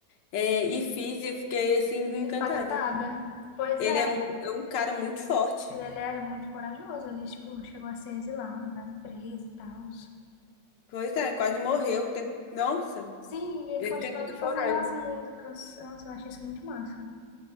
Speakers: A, on the left (about 80°); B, on the left (about 65°).
A: É, e fiz e eu fiquei assim encantada.
B: impactada. Pois
A: Ele
B: é,
A: é, mu- é um cara muito forte.
B: ele era muito corajoso, ele, tipo, chegou a ser exilado, no caso, preso e tal.
A: Pois é, quase morreu. tem- Nossa,
B: Sim, e ele
A: ele
B: continuava
A: tem muito
B: fazendo
A: coragem.
B: as músicas. Nossa, eu achei isso muito massa.